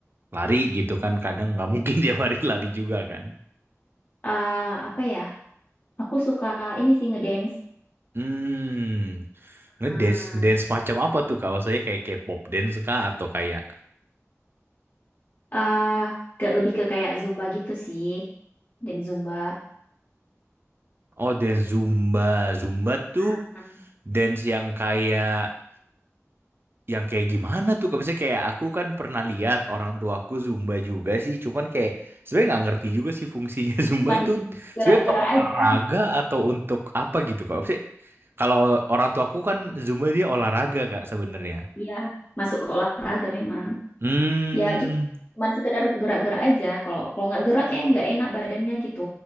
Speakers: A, on the right (about 45°); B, on the left (about 35°).
A: lari gitu kan? Kadang nggak mungkin <laughs> dia lari lari juga kan.
B: Ah, apa ya? Aku suka ini sih ngedance.
A: Hmm, ngedance,
B: Ah,
A: dance macam apa tuh Kak? Maksudnya kayak K-pop dance Kak atau kayak
B: ah ke lebih ke kayak zumba gitu sih. Dan zumba.
A: Oh, dance Zumba. Zumba tuh
B: ah, ah.
A: dance yang kayak yang kayak gimana tuh? Kayak Misalnya kayak aku kan pernah lihat orang tuaku Zumba juga sih, cuman kayak sebenarnya nggak ngerti juga sih fungsinya <laughs> Zumba
B: Cuman
A: itu
B: gerak-gerak
A: sebenarnya untuk olahraga
B: aja.
A: atau untuk apa gitu kak? Maksudnya, kalau orang tuaku kan Zumba dia olahraga kak sebenarnya.
B: Iya, masuk ke olahraga memang.
A: Hmm,
B: Ya, cu- cuman sekedar gerak-gerak aja. Kalau kalau nggak gerak kayak nggak enak badannya gitu.